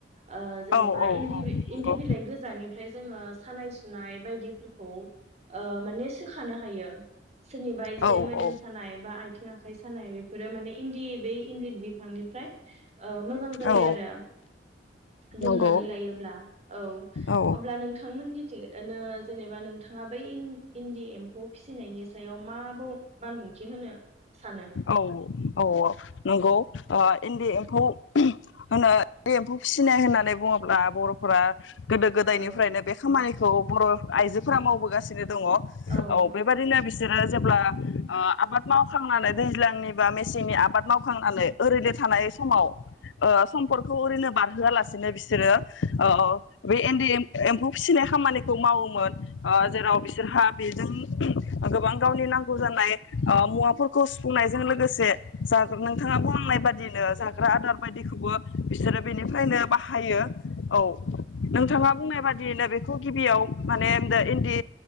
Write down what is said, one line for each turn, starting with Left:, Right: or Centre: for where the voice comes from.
Right: ओ जेनेबा
Left: औ औ
Right: इन्दि
Left: औ नंगौ
Right: इन्दि बिलाइ गोजानिफ्राय जोङो बा सानाय सुनाय बायदि फोरखौ ओ माने सोखानो हायो सोरनिबा एसे
Left: औ
Right: मोदोम
Left: औ
Right: सानाय बा आ जाखयस सानाय बेफोरो माने इन्दि बै इन्दि बिफ निफ्राय मोजां जायो
Left: औ
Right: आरो दुमनानै
Left: नंगौ
Right: लायोब्ला औ
Left: औ
Right: अब्ला नोंथांमोननिथिं जेनेबा नों नोंथाङा बै इन्दि एमफौ एम्फौ फिसिनायनि सायाव माबुं बानबुंथि होनो सानो
Left: औ औ औ नंगौ इन्दि एम्फौ होनो एम्फौ फिसि सिनाय होननानै बुङोब्ला बर' फोर गोदो गोदायनिफ्रायनो
Right: औ
Left: बे खामानिखौ बर' आइजोफोरा मावबोगासिनो दङ औ
Right: नोंगौ
Left: बेबादिनो बिसोरो जेब्ला आबाद माव खांनानै दैज्लांनि बा मेसेंनि मेसेंनि आबाद मावखांनानै ओरैनो थानाय समाव सम्फोरखौखौ ओरैनो नो बारहोआलासेनो बिसोरो ओ ओ औ बे एन्दि एम्फौ फिसिनाय खामानिखौ मावोमोन जेराव बिसोरहा बेजों गोबां गावनि नांगौ जानाय मुवा खौ सुफुंनायजों लोगोसे जागोन नोंथाङा बुंनाय बादिनो जागोन आदार बायदिखौबो बिसोरो बेनिफ्रायनो बाहायो औ नोंथाङा बुंनाय बादि बिदिनो बेखौ गिबियाव माने इन्दि